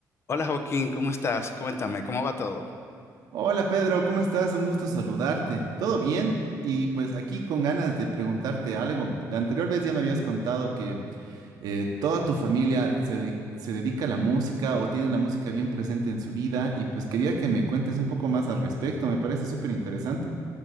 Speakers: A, on the left; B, on the right.
A: Hola Joaquín, ¿cómo estás? Cuéntame, ¿cómo va todo?
B: Hola Pedro, ¿cómo estás? Un gusto saludarte. ¿Todo bien? Y pues aquí con ganas de preguntarte algo. La anterior vez ya me habías contado que eh, toda tu familia se, dedi- se dedica a la música o tiene la música bien presente en su vida y pues quería que me cuentes un poco más al respecto. Me parece súper interesante.